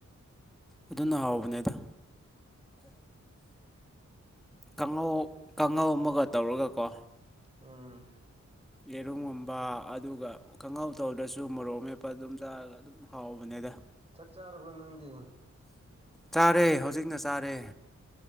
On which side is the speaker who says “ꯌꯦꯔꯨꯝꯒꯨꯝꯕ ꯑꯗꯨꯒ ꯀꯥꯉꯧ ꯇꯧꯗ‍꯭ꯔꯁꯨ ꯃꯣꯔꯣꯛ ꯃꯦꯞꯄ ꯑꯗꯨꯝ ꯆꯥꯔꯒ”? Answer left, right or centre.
Centre